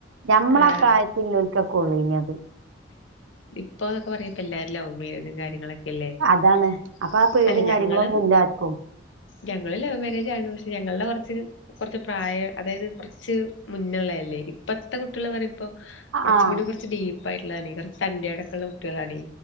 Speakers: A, on the right (about 85°); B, on the left (about 75°).
A: ഞമ്മളാ
B: ആ
A: പ്രായത്തിൽ ഒക്കെ ഉള്ളെനി അത്
B: ഇപ്പോന്നൊക്കെ പറയുമ്പോ എല്ലാവരും ലവ് മാരേജ് കാര്യങ്ങളൊക്കെ അല്ലേ
A: അതാണ് അപ്പൊ ആ പേടിയും
B: ഞങ്ങളും
A: കാര്യങ്ങളൊന്നും ഇല്ല ആർക്കും
B: ഞങ്ങളും ലവ് മാരേജ് ആണ് ഞങ്ങളുടെ കൊറച്ച് കൊറച്ച് പ്രായ അതായത് കൊറച്ച് മുന്നള്ളയല്ലേ ഇന്നത്തെ കുട്ടികള് പറയുമ്പോ കൊറച്ചു
A: ആഹ്
B: കൂടി കൊറച്ച് ഡീപ്പായിട്ടുള്ളതാണെ കൊറച്ച് തന്റെടക്കൊള്ള കുട്ടികളാണേ